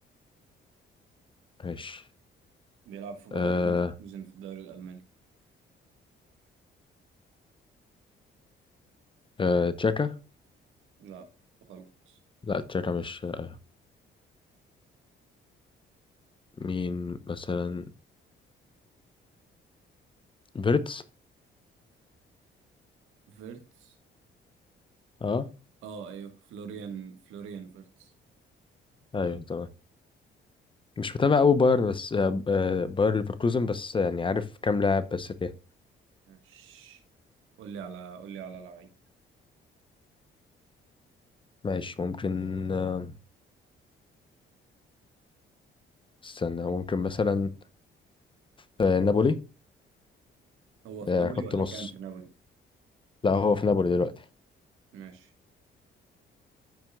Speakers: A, on the left (about 25°); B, on the right (about 90°).
A: ماشي
B: بيلعب في بايرن
A: آه
B: ليفركوزن في الدوري الالماني
A: آه تشاكا
B: لا غلط
A: لا تشاكا مش آه. مين مثلا فيرتس
B: فيرتس
A: اه
B: اه ايوه فلوريان فلوريان فيرتس
A: ايوه تمام مش متابع قوي باير بس آه، آه، باير ليفركوزن بس يعني عارف كام لاعب بس فيها
B: ماشي قول لي على قول لي على لعيب
A: ماشي ممكن آه، استنى ممكن مثلا في نابولي
B: هو في
A: آه،
B: نابولي
A: خط
B: ولا
A: نص
B: كان في نابولي
A: لا هو في نابولي دلوقتي
B: ماشي